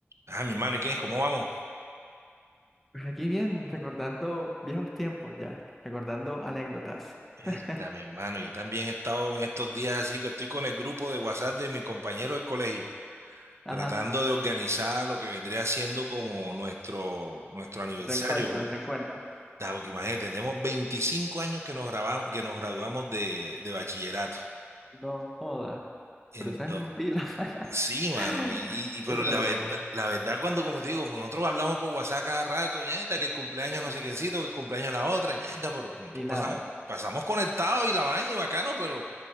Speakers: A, on the right; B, in the centre.
A: Ah, mi hermano, ¿y qué? ¿Cómo vamos?
B: Pues aquí bien, recordando viejos tiempos ya, recordando anécdotas.
A: Mierda,
B: <laughs>
A: mi hermano, yo también he estado en estos días así que estoy con el grupo de WhatsApp de mi compañero del colegio,
B: Ajá,
A: tratando de organizar lo que vendría siendo como nuestro, nuestro aniversario,
B: reencuentro,
A: porque,
B: el reencuentro.
A: da, porque imagínate, tenemos 25 años que nos grabamos, que nos graduamos de, de bachillerato.
B: No joda,
A: Entonces.
B: pero eso es un pila.
A: Sí, mano,
B: <laughs>
A: y, y- y pero
B: Sí, pero,
A: la verdad, la verdad cuando como te digo, nosotros hablamos por WhatsApp cada rato, ñaeta, que el cumpleaños
B: ajá,
A: no sé quiéncito, que el cumpleaños la otra, ñaeta, pero nosotros
B: y nada.
A: pasamos, pasamos conectados y la vaina y bacano, pero